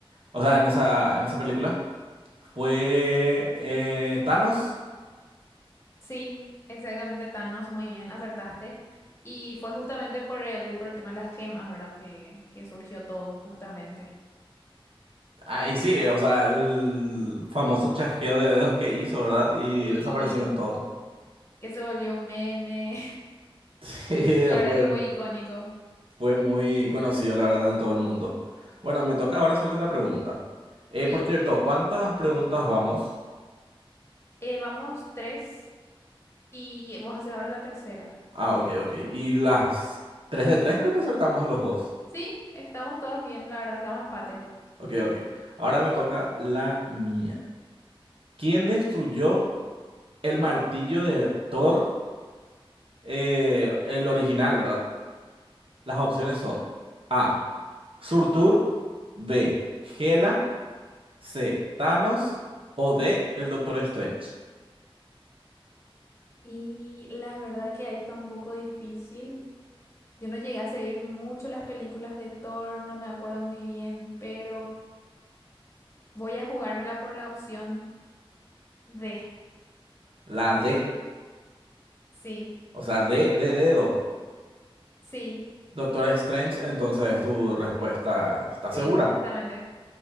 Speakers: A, on the right; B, on the left.
A: o sea, en esa, en esa película. Fue eh, Thanos.
B: Sí, exactamente Thanos, muy bien, acertaste. Y fue justamente por el, por el tema de las gemas, ¿verdad? Que, que surgió todo justamente.
A: Ah, y sí, o sea, el famoso chasqueo de dedos que hizo, ¿verdad? Y
B: Sí,
A: desaparecieron todos.
B: que se volvió un meme.
A: <laughs> Sí,
B: <laughs> La verdad
A: fue,
B: que muy icónico.
A: fue muy conocido, la verdad, en todo el mundo. Bueno, me toca ahora hacerte la pregunta. Eh,
B: Sí,
A: por cierto, ¿cuántas preguntas vamos?
B: Eh, vamos tres. Y vos haces ahora la tercera.
A: Ah, ok, ok. Y las tres de tres creo que acertamos los dos.
B: Sí, estamos todos bien, la verdad, estamos empate.
A: Ok, ok. Ahora me toca la mía. ¿Quién destruyó el martillo de Thor, eh, el original, ¿verdad? Las opciones son A. Surtur, B. Hela, C. Thanos o D. El Doctor Strange.
B: Y la verdad que ahí está un poco difícil. Yo no llegué a seguir mucho las películas de Thor, no me acuerdo muy bien, pero voy a jugármela por la opción D.
A: La D,
B: Sí,
A: o sea, D de dedo.
B: sí,
A: Doctor Strange, entonces tu respuesta, ¿está
B: sí,
A: segura?
B: exactamente.